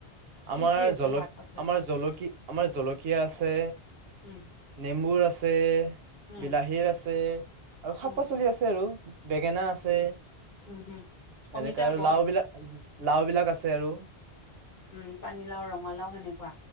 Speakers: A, on the left; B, on the right.
A: কি
B: আমাৰ
A: কি আছে
B: জল
A: শাক পাচলি?
B: আমাৰ জলক আমাৰ জলকীয়া আছে
A: উম,
B: নেবুৰ আছে।
A: উম,
B: বিলাহীৰ আছে আৰু শাক
A: উম,
B: পাচলি আছে। আৰু বেঙেনা আছে।
A: উম, হুম। অমিতাৰ
B: এনে কাৰ
A: গছ,
B: লাওঁ বিলাক লাওঁ বিলাক আছে আৰু।
A: উম, পানীলাও, ৰঙালাও সেনেকুৱা।